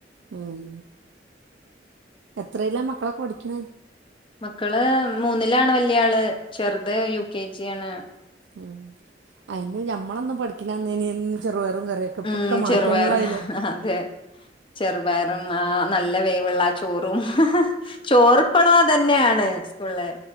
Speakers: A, on the right; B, on the left.
A: ഉം എത്രയിലാ മക്കളൊക്കെ പഠിക്കണ
B: മക്കള് മൂന്നിലാണ് വല്യാള് ചെറുത് യു കെ ജിയാണ്
A: ഉം അയിന് ഞമ്മളൊന്നു പഠിക്കിണന്നേന് എന്നും ചെറുപയറും കറിയും ഇപ്പൊക്കെ
B: ഉം
A: മാറ്റങ്ങളായിലെ
B: ചെറുപയർ അതെ ചെറുപയറും ആഹ് നല്ല വേവുള്ള ആഹ് ചോറും ചോറുപ്പളും അതന്നെയാണ് സ്കൂള്